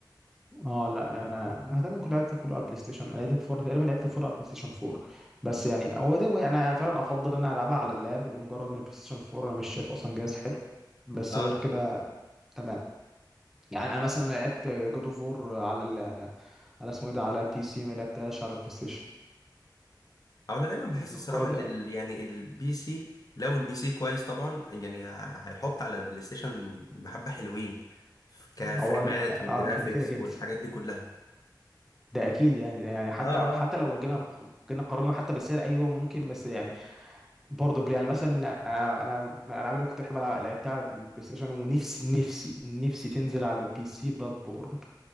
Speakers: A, in the centre; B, on the left.
A: آه، لا انا انا تقريبا كنت لعبت كله على البلاي ستيشن انا لعبت فور تقريبا لعبت فور على البلاي ستيشن 4 بس يعني هو ده انا انا فعلا افضل ان انا العبها على اللاب لمجرد ان البلاي ستيشن 4 انا مش شايف اصلا جهاز حلو بس
B: اه
A: غير كده تمام يعني انا مثلا لعبت جود اوف وور على ال... على اسمه ايه ده على البي سي ما لعبتهاش على البلاي ستيشن
B: او انا دايما بحس
A: مجرد
B: الصراحه ان ال... يعني البي سي لو البي سي كويس طبعا يعني ه- هيحط على البلاي ستيشن بحبه حلوين كفريمات
A: هو
B: والجرافيكس
A: اه كده كده كده
B: والحاجات دي كلها
A: ده اكيد يعني يعني حتى
B: اه
A: حتى
B: اه
A: لو جينا جينا قارنا حتى بالسعر ايوه ممكن بس يعني برضه بلاي يعني مثلا انا انا من الالعاب اللي كنت بحب العب لعبتها على البلاي ستيشن ونفسي نفسي نفسي تنزل على البي سي بلاد بورن